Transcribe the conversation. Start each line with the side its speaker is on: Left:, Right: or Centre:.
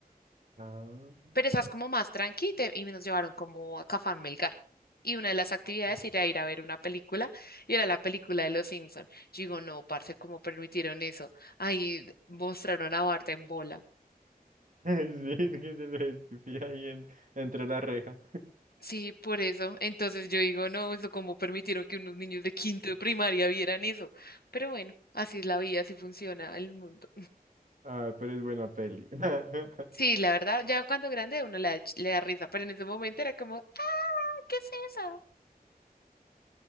Right: Ah,
Left: pero esas como más tranqui te- y nos llevaron como a Cafán Melgar. Y una de las actividades
Right: guau.
Left: era
Right: <laughs>
Left: ir a ver una película y era la película de Los Simpson. Yo digo, no, parce, ¿cómo permitieron eso? Ahí mostraron a Bart en bola.
Right: Sí, que se le ve el pipí ahí en- entre la reja.
Left: Sí, por eso. Entonces yo digo, no, eso cómo permitieron que unos niños de quinto de primaria vieran eso. Pero bueno, así es la vida, así funciona el mundo.
Right: Ah, pero es buena peli. <laughs>
Left: Sí, la verdad, ya cuando grande uno le da, ch- le da risa, pero en ese momento era como, ah, ¿qué es eso?